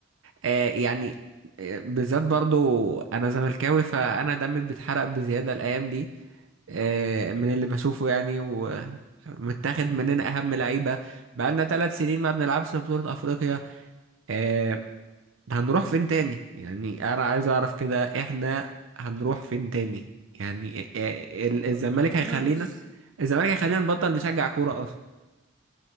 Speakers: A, on the right (about 85°); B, on the right (about 45°).
A: آه يعني آه، بالذات برضو انا زملكاوي فانا دمي بيتحرق بزيادة الايام دي آه، من اللي بشوفه يعني ومتاخد مننا اهم لعيبة بقالنا ثلاث سنين ما بنلعبش في بطولة افريقيا آه، هنروح فين تاني يعني انا عايز اعرف كده احنا هنروح فين تاني يعني آه، آه، ال-
B: هو-
A: الزمالك
B: والله
A: هيخلينا
B: بص
A: الزمالك هيخلينا نبطل نشجع كورة اصلا